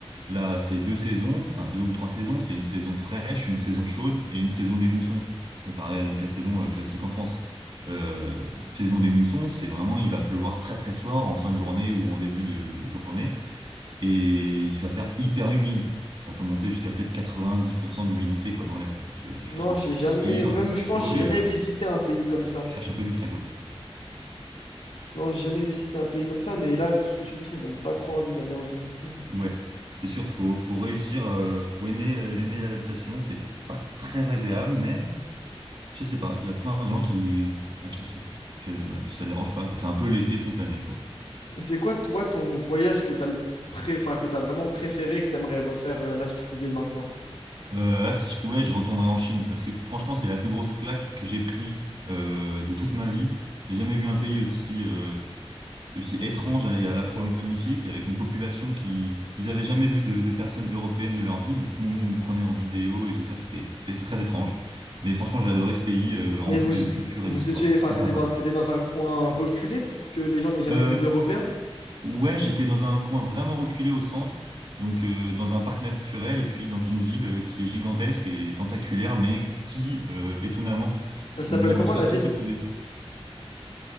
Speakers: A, on the right; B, on the left.
A: là, c'est deux saisons, enfin deux ou trois saisons. C'est une saison fraîche, une saison chaude et une saison des moussons, comparé à nos quatre saisons euh, classiques en France. Euh, saison des moussons, c'est vraiment, il va pleuvoir très très fort en fin de journée ou en début de, de journée et il va faire hyper humide. Ça peut monter jusqu'à peut-être quatre quatre-vingt-dix pour cent d'humidité quoi dans l'air. Donc euh, tu
B: Non,
A: transpires,
B: j'ai jamais, même
A: euh, t'as
B: je
A: chaud
B: pense, j'ai
A: et,
B: jamais
A: euh,
B: visité un pays comme
A: et
B: ça.
A: tu cherches un peu du frais quoi.
B: Non, j'ai jamais visité un pays comme ça, mais là, ce que tu me dis, ça me donne pas trop envie d'aller en visiter. hein.
A: Ouais, c'est sûr, faut, faut réussir, euh, faut aimer, euh, aimer l'adaptation. C'est pas très agréable, mais je sais pas, il y a plein de gens qui, à qui c'est, que- à qui ça dérange pas, quoi. C'est un peu l'été toute l'année, quoi.
B: Et c'est quoi, toi, ton voyage que t'as le pré... enfin, que t'as vraiment préféré et que t'aimerais refaire euh, là si tu pouvais maintenant?
A: Euh, là, si je pouvais, je retournerais en Chine, parce que franchement, c'est la plus grosse claque que j'ai pris euh, de toute ma vie. J'ai jamais vu un pays aussi, euh, aussi étrange et à la fois magnifique, avec une population qui, ils avaient jamais vu de, de personnes européennes de leur vie, donc tout le monde nous prenait en vidéo et tout ça, c'était, c'était très étrange. Mais franchement, j'ai adoré ce pays euh,
B: Mais
A: rempli
B: vous,
A: de culture
B: vous
A: et d'histoire,
B: étiez, enfin,
A: très
B: t'étais
A: sympa.
B: dans, t'étais dans un coin reculé pour que les gens n'aient jamais
A: Euh,
B: vu d'Européens.
A: ouais, j'étais dans un coin vraiment reculé au centre, donc euh, dans un parc naturel et puis dans une ville euh, qui est gigantesque et tentaculaire, mais qui, euh, étonnamment,
B: Elle s'appelle
A: ne
B: comment
A: reçoit
B: la
A: très
B: ville?
A: peu de touristes.